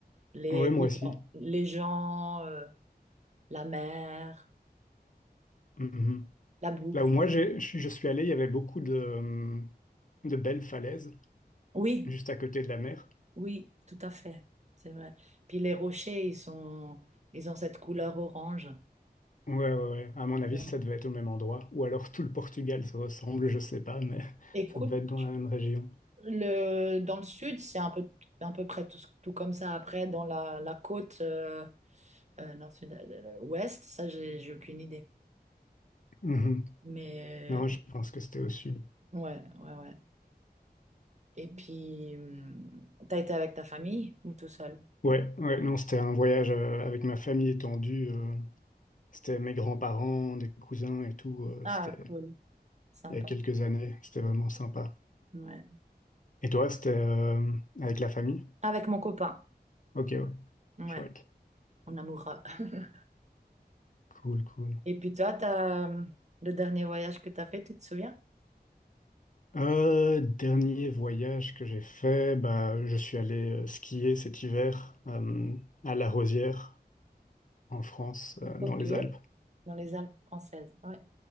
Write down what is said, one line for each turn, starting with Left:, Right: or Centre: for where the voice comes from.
Right: les,
Left: Ouais,
Right: les
Left: moi aussi.
Right: gens, les gens, euh, la mer,
Left: Mhm.
Right: la bouffe.
Left: Là où moi j'ai- je suis je suis allé, il y avait beaucoup de, euh, de belles falaises
Right: Oui,
Left: juste à côté de la mer.
Right: oui, tout à fait. C'est vrai. Puis les rochers, ils sont, ils ont cette couleur orange.
Left: Ouais, ouais, ouais. À mon avis,
Right: Vraiment.
Left: ça devait être au même endroit. Ou alors tout le Portugal se ressemble, je sais pas, mais <laughs>
Right: Écoute,
Left: ça devait être dans la même région.
Right: Le, dans le sud, c'est un peu, à peu près tout, tout comme ça. Après, dans la, la côte euh, euh, nord, sud, euh, ouest, ça, j'ai j'ai aucune idée.
Left: Mhm.
Right: Mais
Left: Non, je pense que c'était au sud.
Right: euh, ouais, ouais, ouais. Et puis, hum, t'as été avec ta famille ou tout seul?
Left: Ouais, ouais, non, c'était un voyage euh, avec ma famille étendue. euh, c'était mes grands-parents, des cousins et tout. euh,
Right: Ah,
Left: c'était
Right: cool, sympa.
Left: il y a quelques années. C'était vraiment sympa.
Right: Ouais.
Left: Et toi, c'était euh, avec la famille?
Right: Avec mon copain.
Left: Ok, ouais,
Right: Ouais,
Left: chouette.
Right: mon amoureux. <laughs>
Left: Cool, cool.
Right: Et puis toi, t'as, hum, le dernier voyage que t'as fait, tu te souviens?
Left: Euh, dernier voyage que j'ai fait, bah, je suis allé euh, skier cet hiver euh, à La Rosière, en France, euh,
Right: Ok.
Left: dans les Alpes.
Right: Dans les Alpes françaises. ouais